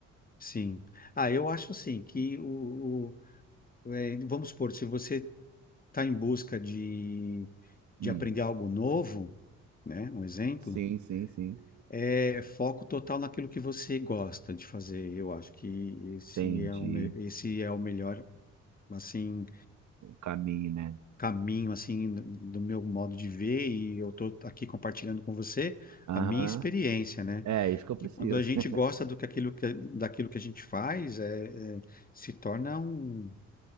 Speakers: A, on the left; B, on the right.
A: Sim. Ah, eu acho assim que o, o- é, vamos supor, se você está em busca de,
B: Hum,
A: de aprender algo novo, né? Um exemplo.
B: sim, sim, sim.
A: É foco total naquilo que você gosta de fazer. Eu acho que esse
B: Entendi
A: é o, me- esse é o melhor assim
B: o caminho, né?
A: caminho assim do do meu modo de ver e eu estou aqui compartilhando com você
B: Aham.
A: a minha experiência, né?
B: É isso que eu preciso.
A: Que quando a gente
B: <laughs>
A: gosta do que aquilo que, daquilo que a gente faz, é, é- se torna um-